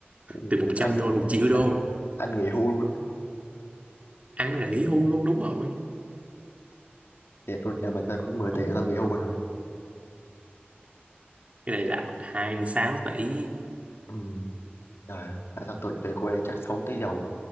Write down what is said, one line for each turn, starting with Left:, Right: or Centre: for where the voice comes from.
Left: thì
Right: từ 100
Left: anh
Right: đô một triệu đô
Left: anh nghỉ hưu luôn đấy.
Right: ăn là nghỉ hưu luôn đúng rồi
Left: thiệt luôn nhà mình tao có 10 tỷ
Right: không
Left: là tao nghỉ hưu rồi
Right: cái này là 26 tỷ
Left: ừ. trời ơi tại sao tụi về quê chắc sống tới giàu